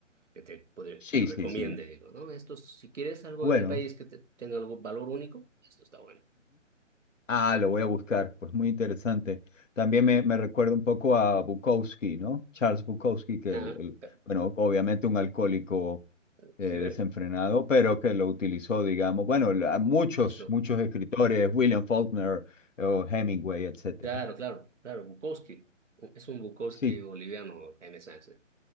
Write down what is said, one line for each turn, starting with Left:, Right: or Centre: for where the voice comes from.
Right: Que te podré-
Left: Sí,
Right: recomiende,
Left: sí, sí.
Right: digo, ¿no? Esto, si quieres algo
Left: Bueno.
Right: de mi país que te- tenga algún valor único, esto está bueno.
Left: Ah, lo voy a buscar, pues muy interesante. También
Right: Mm.
Left: me, me recuerda un poco a Bukowski, ¿no? Charles Bukowski, que
Right: Nada,
Left: el, el-
Right: eh,
Left: bueno, obviamente un alcohólico
Right: sí,
Left: eh, desenfrenado,
Right: ver-
Left: pero que lo utilizó, digamos, bueno, la- muchos,
Right: eso.
Left: muchos escritores, William Faulkner, o Hemingway, etcétera.
Right: Claro, claro, claro, Bukowski. Es un Bukowski
Left: Sí,
Right: boliviano, Jaime Sáenz. eh,